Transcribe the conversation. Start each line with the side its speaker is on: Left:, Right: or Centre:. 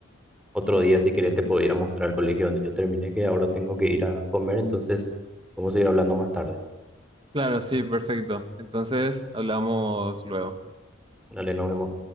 Centre: otro día si querés te puedo ir a mostrar el colegio donde yo terminé, que ahora tengo que ir a comer, entonces vamos a ir hablando más tarde.
Right: Claro, sí, perfecto. Entonces, hablamos luego.
Centre: Dale, nos vemos.